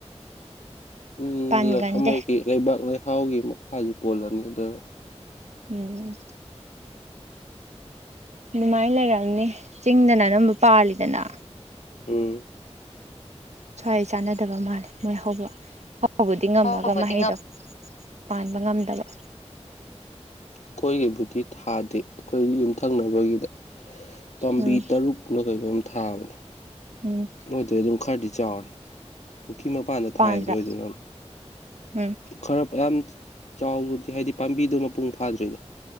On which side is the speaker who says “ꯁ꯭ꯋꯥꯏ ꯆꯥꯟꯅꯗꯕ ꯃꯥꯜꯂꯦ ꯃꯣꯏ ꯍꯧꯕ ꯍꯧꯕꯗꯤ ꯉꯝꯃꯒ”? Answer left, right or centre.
Right